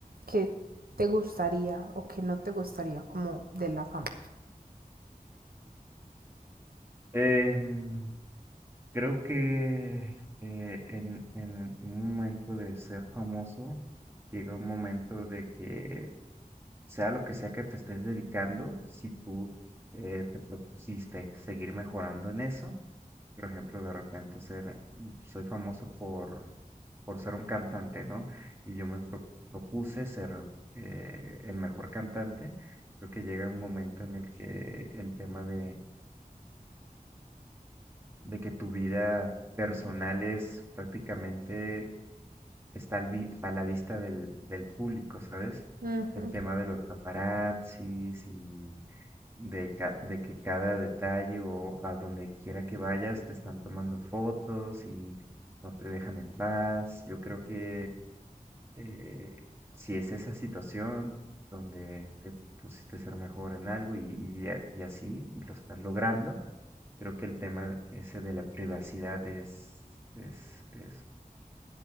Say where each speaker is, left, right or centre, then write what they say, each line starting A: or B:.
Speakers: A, on the right; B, on the right.
A: que te gustaría o que no te gustaría como de la fama?
B: Em, creo que eh, en, en un momento de ser famoso, llega un momento de que, sea lo que sea que te estés dedicando, si tú eh, te propusiste seguir mejorando en eso, por ejemplo, de repente ser, soy famoso por, por ser un cantante, ¿no? Y yo me pro- propuse ser eh, el mejor cantante. Creo que llega un momento en el que el tema de, de que tu vida personal es prácticamente está al vi- a la vista del, del público, ¿sabes?
A: Ujú.
B: El tema de los paparazzis y de, ca- de que cada detalle o a donde quiera que vayas te están tomando fotos y no te dejan en paz. Yo creo que eh, si es esa situación donde te pusiste a ser mejor en algo y, y, a- y así y lo estás logrando, Creo que el tema ese de la privacidad es, es, es,